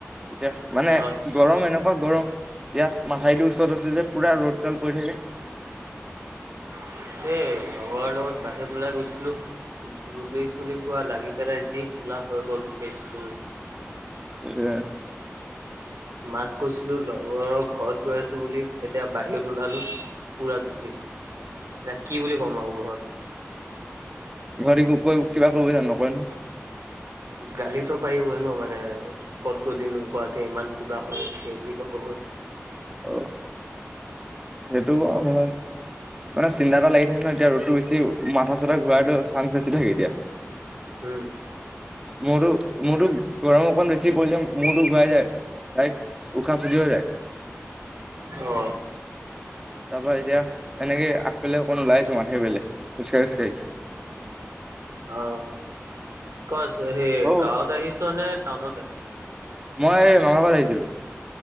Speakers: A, on the right; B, on the right.
A: এতিয়া মানে
B: আচ্ছা
A: গৰম এনেকুৱা গৰম ইয়াত মাঠাইটো ওচৰত আছে যে পুৰা ৰ'দডাল পৰি থাকে।
B: <inaudible> সেই লগৰ লগত বাহিৰত ওলাই গৈছিলো ধূলি চুলি পোৱা লাগি পেলাই যি ক'লা হৈ গ'ল ফেচটো
A: উ <unintelligible>
B: মাক কৈছিলো লগৰক ঘৰত গৈ আছো বুলি এতিয়া বাহিৰত ওলালো পুৰা ধূলি এ কি বুলি ক'ম আৰু ঘৰত
A: ঘৰত একো কিবা কৰিব জানো নকৰে নহয়।
B: গালিতো পাৰিবই ন মানে ক'ত গলি নোহোৱাকে ইমান ক'লা হৈ আহিছ বুলি হব।
A: অহ। সেইটো হয় মানে চিন্তা এটা লাগি থাক ন এতিয়া ৰ'দতটো বেছি মাথা চাথা ঘূৰাটো চান্স বেছি থাকে এতিয়া।
B: উম।
A: মোৰো মোৰো গৰম অকণ বেছি পৰিলে মূৰতো ঘূৰাই যায় তাইক উশাহ
B: অ
A: তাৰপা এতিয়া এনেকে লে অকণ ওলাইছো মা <unintelligible>
B: অ ক'ত সেই
A: অ',
B: গাঁৱত আহিছ নে টাউনত আহ
A: মই মামা ঘৰত আহিছিলোঁ।